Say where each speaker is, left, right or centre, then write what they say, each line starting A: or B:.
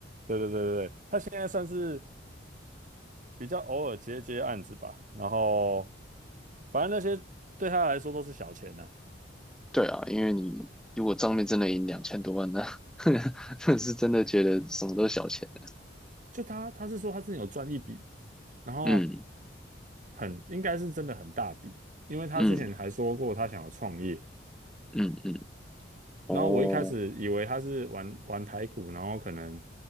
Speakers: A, on the right; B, in the centre.
A: 对对对对，他现在算是比较偶尔接接案子吧，然后反正那些对他来说都是小钱呢、
B: 对啊，因为你如果账面真的赢两千多万，那 <laughs> 那是真的觉得什么都是小钱的
A: 就他他是说他之前有赚一笔，然后
B: 嗯
A: 很应该是真的很大笔，因为他之前还说过他想要创业，
B: 嗯嗯嗯哦，
A: 然后我一开始以为他是玩玩台股，然后可能